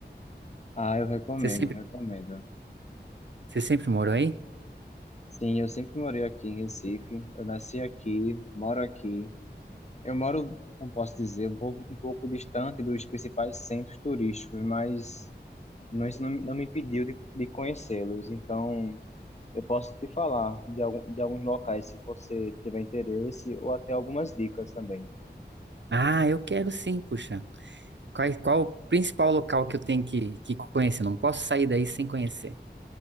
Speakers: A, on the left; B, on the right.
A: Ah, eu recomendo,
B: Você sempre
A: recomendo.
B: você sempre morou aí?
A: Sim, eu sempre morei aqui em Recife. Eu nasci aqui, moro aqui. Eu moro, como posso dizer, um pouco, um pouco distante dos principais centros turísticos, mas não, isso não, não me impediu de, de conhecê-los. Então, eu posso te falar de, algum, de alguns locais, se você tiver interesse, ou até algumas dicas também.
B: Ah, eu quero sim, puxa. Qual, qual o principal local que eu tenho que, que conhecer? Não posso sair daí sem conhecer.